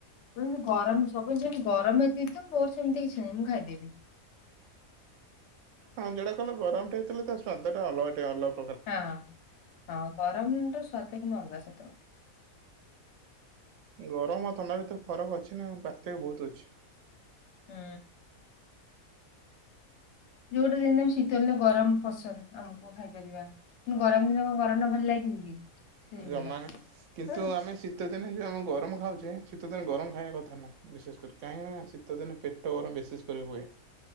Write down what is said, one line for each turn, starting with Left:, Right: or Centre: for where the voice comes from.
Left: ମୁଁ ଗରମ ସବୁ ଜିନିଷ ଯେମିତି ଗରମ ଯଦି ହେଇଥିବ ମୋର ସେମିତି କିଛି ନାହିଁ ମୁଁ ଖାଇଦେବି।
Right: ହଁ ଯେଉଟା କହିଲ ଗରମଟା ହେଇଥିଲେ ତା ସ୍ଵାଦଟା ଅଲଗା ଟିକେ ଅଲ
Left: ହଁ ହଁ ଗରମର ସ୍ବାଦ କିନ୍ତୁ ଅଲଗା ସତ କଥା।
Right: ଗରମ ଆଉ ଥଣ୍ଡା ଭିତରେ ଫରକ ଅଛି ନା ପାର୍ଥକ୍ୟ ବୋହୁତ ଅଛି।
Left: ହୁଁ। ଯୋଉଟା ଯେମିତି ବି ଶୀତ ହେ ଗରମ ପସନ୍ଦ ଆମକୁ ଖାଇପାରିବା ଗରମ ଦିନ କଣ ଗରମ ଟା ଭଲ ଲାଗିବ କି? ସେଇଭଳିଆ।
Right: ଜମା ନା କିନ୍ତୁ
Left: ହଁ
Right: ଆମେ ଶୀତ ଦିନେ ଆମେ ଗରମ ଖାଉଚେ ଶୀତଦିନ ଗରମ ଖାଇବା କଥା ନୁହେଁ ବିଶେଷ କରି କାହିଁକିନା ଶୀତଦିନେ ପେଟ ଗରମ ବିଶେଷ କରି ହୁଏ।